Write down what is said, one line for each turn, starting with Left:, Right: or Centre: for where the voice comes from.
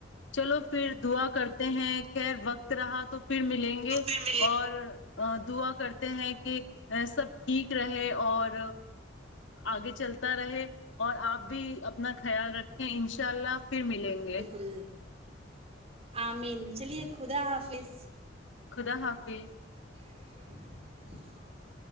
Left: چلو پھر دعا کرتے ہیں خیر وقت رہا تو پھر ملیں گے
Right: تو پھر ملے
Left: اور دعا کرتے ہیں کہ سب ٹھیک رہے اور آگے چلتا رہے اور آپ بھی اپنا خیال رکھیں ان ان شاء اللہ پھر ملیں گے
Right: بالکل آمین چلیے خدا حافظ
Left: خدا حافظ
Right: <inaudible>